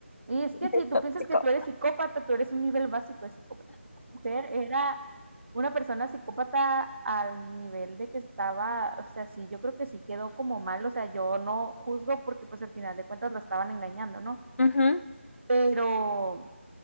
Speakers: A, on the right; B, on the left.
A: Y es
B: de
A: que si tú
B: tóxico.
A: piensas que tú eres psicópata, tú eres un nivel básico de psicópata. Esta mujer era una persona psicópata al nivel de que estaba, o sea, sí, yo creo que sí quedó como mal, o sea, yo no juzgo porque pues al final de cuentas la estaban engañando, ¿no?
B: Ujú.
A: Pero